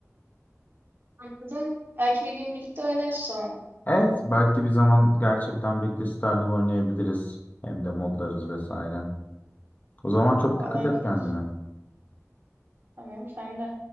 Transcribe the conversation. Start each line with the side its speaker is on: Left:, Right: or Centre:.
Right: anladım. Belki bir gün birlikte oynarız o zaman.
Left: Evet, belki bir zaman gerçekten Big League Stardew oynayabiliriz. Hem de modlarız vesaire. O zaman çok
Right: Olabilir.
Left: dikkat et kendine.
Right: Tamam, sen de.